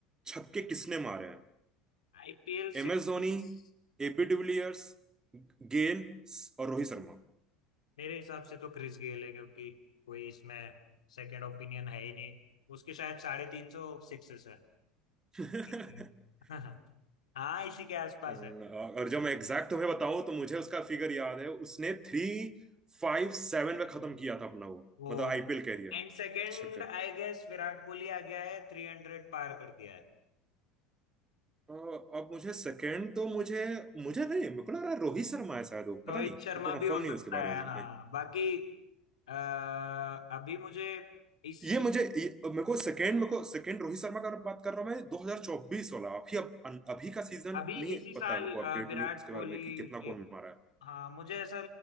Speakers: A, on the right; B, on the left.
A: छक्के किसने मारे हैं
B: आईपीएल
A: एम
B: सिक्स
A: एस धोनी एबी डिविलियर्स गेल और रोहित शर्मा
B: मेरे हिसाब से तो क्रिस गेल है क्योंकि कोई इसमें सेकंड ओपिनियन है ही नहीं उसके शायद साढ़े तीन सौ सिक्सेस है
A: <laughs>
B: <laughs> हाँ इसी के आसपास
A: हम्म,
B: है
A: और जब मैं एग्जैक्ट तुम्हें बताऊं तो मुझे उसका फिगर याद है उसने थ्री फाइव सेवन में खत्म किया था अपना वो
B: वो
A: मतलब आईपीएल कैरियर
B: And second
A: छक्के
B: I guess Virat Kohli आ गया है थ्री हंड्रेड पार कर दिया है
A: अ, अब मुझे सेकंड तो मुझे मुझे नहीं मेरे को लग रहा है रोहित शर्मा है शायद वो
B: रोहित
A: पता नहीं मेरे
B: शर्मा
A: को कंफर्म
B: भी हो
A: नहीं
B: सकता
A: है उसके बारे
B: है
A: में
B: हाँ
A: नहीं
B: बाकी अह, अभी मुझे इस
A: ये मुझे ये, मेरे को सेकंड मेरे को सेकंड रोहित शर्मा का बात कर रहा हूँ मैं 2024 वाला अभी अब अभी का सीजन
B: अभी
A: नहीं
B: इसी साल
A: पता है मेरे को
B: अह,
A: अपडेट
B: विराट
A: नहीं उसके
B: कोहली
A: बारे में कि कितना
B: के
A: कौन मारा
B: हाँ मुझे ऐसा